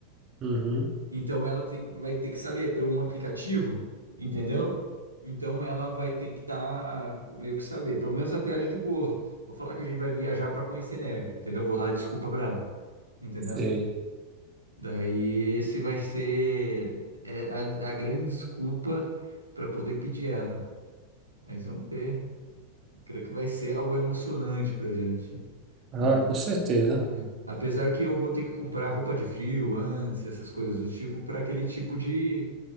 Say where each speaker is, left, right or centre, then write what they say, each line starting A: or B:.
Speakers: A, on the right; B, on the right.
A: Uhum.
B: Então ela tem- vai ter que saber é pelo um aplicativo, entendeu? Então ela vai ter que estar meio que saber, pelo menos a viagem de boa. Vou falar que a gente vai viajar para conhecer neve, entendeu? Vou dar desculpa para ela, entendeu?
A: Sei.
B: Daí esse vai ser é, a, a grande desculpa para poder pedir ela. Mas vamos ver. Creio que vai ser algo emocionante pra gente,
A: Ah,
B: né?
A: com certeza.
B: É. Apesar que eu vou ter que comprar roupa de frio antes, essas coisas do tipo, para aquele tipo de,